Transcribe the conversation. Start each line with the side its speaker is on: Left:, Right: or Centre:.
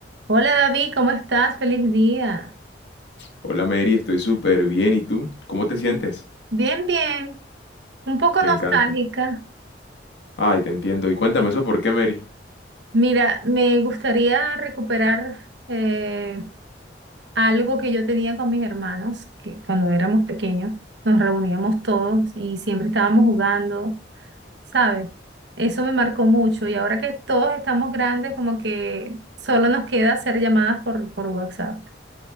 Right: Hola David, ¿cómo estás? Feliz día.
Left: Hola Mary, estoy súper bien. ¿Y tú? ¿Cómo te
Right: Bi-
Left: sientes?
Right: Bien, bien. Un poco
Left: Me
Right: nostálgica.
Left: encanta. Ay, te entiendo. Y cuéntame eso, ¿por qué Mary?
Right: Mira, me gustaría recuperar eh, algo que yo tenía con mis hermanos, que cuando éramos pequeños nos reuníamos todos y siempre estábamos jugando, ¿sabes? Eso me marcó mucho y ahora que todos estamos grandes, como que solo nos queda hacer llamadas por, por WhatsApp.